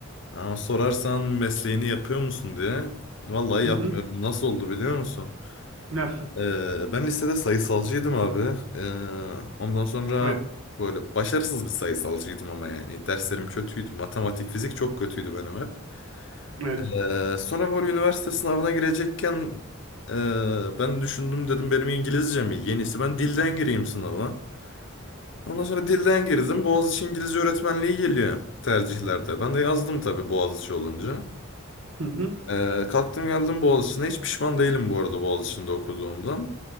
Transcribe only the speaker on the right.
Hı
hı.
Nasıl?
Evet,
evet.
Hı hı.